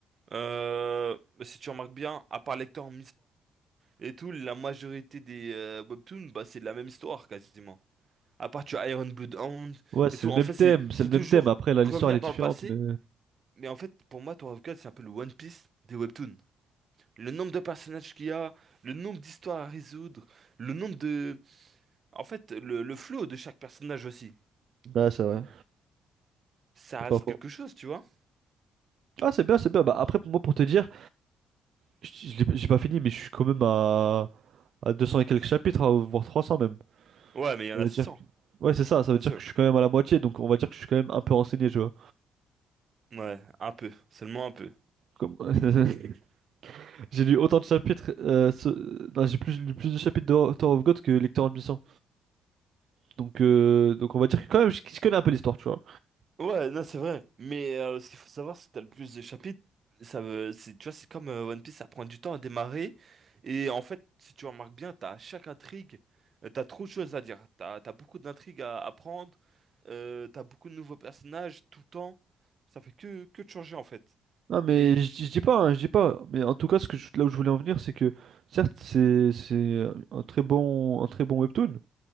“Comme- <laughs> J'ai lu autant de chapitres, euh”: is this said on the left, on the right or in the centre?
Right